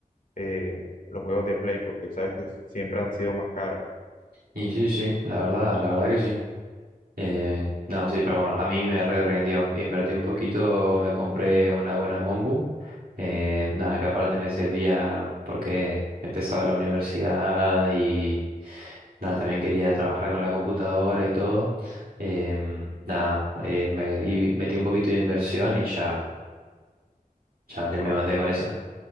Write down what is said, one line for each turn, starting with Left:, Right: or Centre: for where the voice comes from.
Left: eh, los juegos de Play, porque sabes que siempre han sido más caros.
Right: Y sí, sí, la verdad, la verdad que sí. Eh, no, sí, pero bueno, a mí me re rindió. Invertí un poquito, me compré una buena compu. Eh, nada, que aparte me servía porque empezaba la universidad y nada, también quería trabajar con la computadora y todo. Em, nada, eh, me y metí un poquito de inversión y ya, ya le
Left: Ah,
Right: me mandé
Left: pero
Right: con eso.